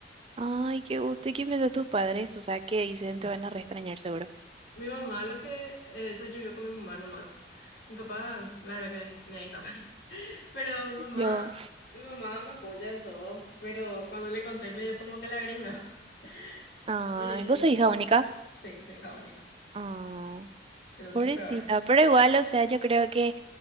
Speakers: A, on the right; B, on the left.
A: Ay, qué gusto. ¿Y qué piensan tus padres? O sea, ¿qué dicen? Te van a reextrañar seguro.
B: Mi mamá, lo que, eh, eso yo vivo con mi mamá nomás. Mi papá, la verdad que, ni ahí está. <laughs> Pero mi mamá,
A: Yo.
B: mi mamá me apoya en todo, pero cuando le conté me dio como que lagrimeo. <laughs>
A: Ay,
B: Eh,
A: vos sos hija única.
B: sí, soy hija única,
A: Ah,
B: entonces
A: pobrecita.
B: peor.
A: Pero igual, o sea, yo creo que